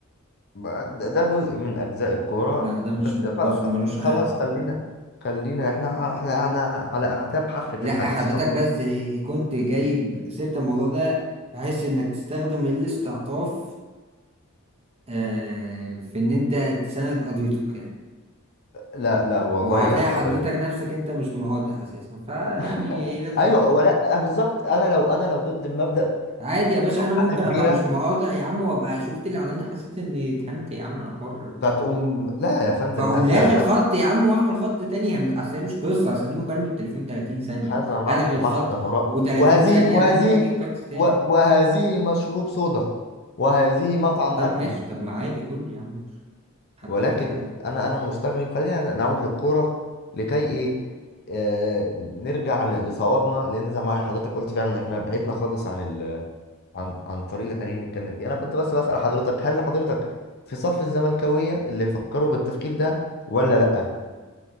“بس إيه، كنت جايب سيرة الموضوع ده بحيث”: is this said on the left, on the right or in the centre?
Right